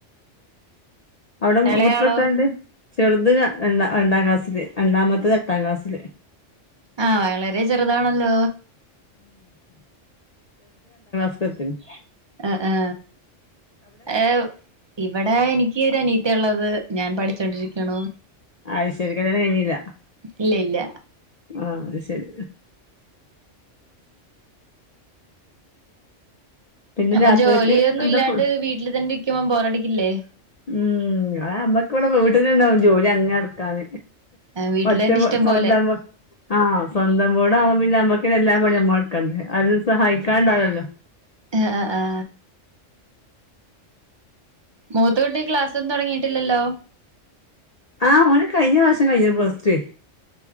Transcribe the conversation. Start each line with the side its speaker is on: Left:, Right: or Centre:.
Left: അവിടെ
Right: ഇളയാളോ
Left: മുത്രട്ടണ്ട് ചെറുത് രണ്ട രണ്ടാം ക്ലാസ്സില് രണ്ടാമത്തെ എട്ടാം ക്ലാസ്സില്
Right: ആ വളരെ ചെറുതാണല്ലോ
Left: ത്തിന <unintelligible>
Right: ആ ആ ഏ ഇവിടെ എനിക്ക് എനിക്കൊരു അനിയത്തിയ ഉള്ളത് ഞാൻ പഠിച്ചോണ്ടിരിക്കണൂ
Left: അത് ശരി കല്യാണം കഴിഞ്ഞില്ല
Right: ഇല്ല ഇല്ല
Left: ആ അത് ശരി പിന്നെ
Right: അപ്പൊ
Left: രാത്രികക്ക്
Right: ജോലിയൊന്നും
Left: എന്താ
Right: ഇല്ലാണ്ട്
Left: ഫു
Right: വീട്ടിൽ തന്നെ ഇരിക്കുമ്പോ ബോറടി ക്കില്ലേ
Left: ഉം അമ്മക്ക് ഇവിടെ വീട്ടിലുണ്ടാവും ജോലി അങ്ങ് എടുക്കാത
Right: വീട്ടിൽ
Left: ഒറ്റ
Right: തന്നെ ഇഷ്ടം
Left: സ്വന്തം
Right: പോലെ
Left: ആഹ് സ്വന്തം വീടവുമ്പോ പിന്നെ നമ്മക്ക് എല്ലാ പണിയും നമ്മൾ എടുക്കണ്ടേ ആരും സഹായിക്കാനുണ്ടാവില്ലല്ലോ
Right: ആ ആ ആ മൂത്ത കുട്ടിക്ക് ക്ലാസ്സൊന്നും തുടങ്ങിട്ടില്ലല്ലോ
Left: ആഹ് മോന് കഴിഞ്ഞ പ്രാവശ്യം കഴിഞ്ഞു പ്ലസ്ടു